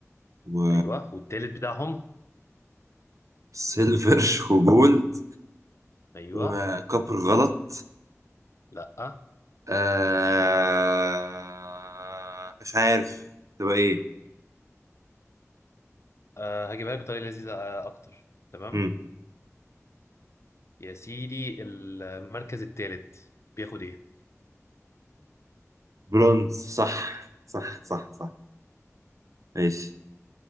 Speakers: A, on the right; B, on the left.
A: و
B: أيوه والتالت بتاعهم
A: سيلفر <laughs> وجولد
B: أيوه
A: وكوبر غلط
B: لا
A: آه... مش عارف تبقى ايه
B: أه هجيبها لك بطريقة لذيذة آه، أكتر تمام
A: مم.
B: يا سيدي المركز الثالث بياخد إيه؟
A: برونز صح صح صح صح ماشي